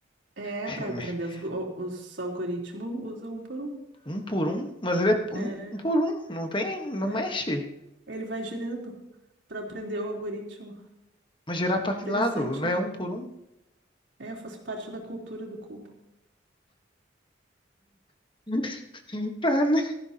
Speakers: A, on the right (about 80°); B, on the left (about 25°).
A: É,
B: <laughs>
A: para aprender os, go- os algoritmos, usa um por um.
B: Um por um, mas ele é um
A: É,
B: um por um. Não tem, não
A: é.
B: mexe.
A: Ele vai girando para aprender o algoritmo.
B: Mas girar pra que
A: Interessante,
B: lado? Não é
A: né?
B: um por um?
A: É, faz parte da cultura do cubo.
B: <laughs> Tá, né?